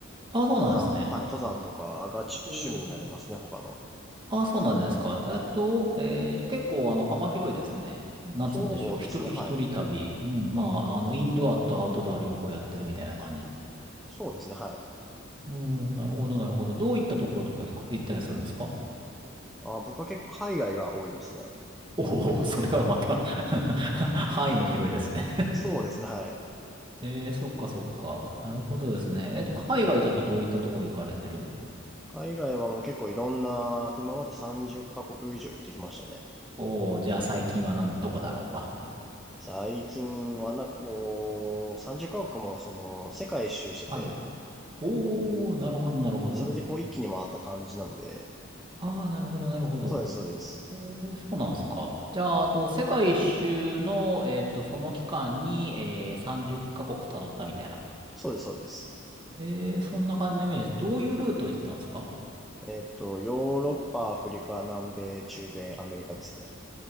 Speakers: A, on the right (about 25°); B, in the centre.
A: あ、そうなんですね。
B: 登山、はい、登山とかがち趣味になりますね、
A: お
B: 他の。
A: あ、そうなんですか。えっと、えーじゃあ結構あの幅広いですね。なんつうんでしょう。
B: そうですね、
A: 一人、
B: はい。
A: 一人旅。うん、まあ、あの、インドアとアウトドア両方やってるみたいな感じの。
B: そうですね、はい。
A: うん、なるほど、なるほど。どういったところとか行く、行ったりするんですか
B: あ、僕は結構海外が多いですね。
A: おおー、それはまた <laughs> 範囲も広いですね。
B: そうですね、はい。
A: えー、そっかそっか。なるほどですね。えっと、海外だとどういったところ行かれてる
B: 海外はもう結構いろんな、今まで30カ国以上行ってきましたね。
A: おおー、じゃあ最近はなん、どこだろ
B: 最近はなんかこう、30カ国もその、世界一周してて、
A: う。<laughs> はい。おお、なるほど、なるほど。
B: でそれでこう一気に回った感じなので、
A: ああ、なるほど、なるほど。
B: そうです、そうです。
A: えーそうなんですか。じゃあ、あと、世界一周の、えっと、その期間に、えー、30カ国辿ったみたいな。
B: そうです、そうです。
A: えー、そんな感じのイメージです。どういうルート行ったんですか
B: えっと、ヨーロッパ、アフリカ、南米、中米、アメリカですね。